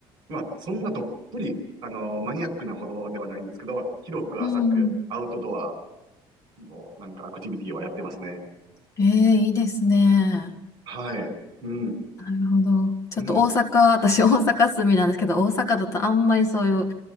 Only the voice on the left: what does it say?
うん。
ええ、いいですね。
なるほど。ちょっと大阪、
私大阪住みなんですけど、大阪だとあんまりそういう、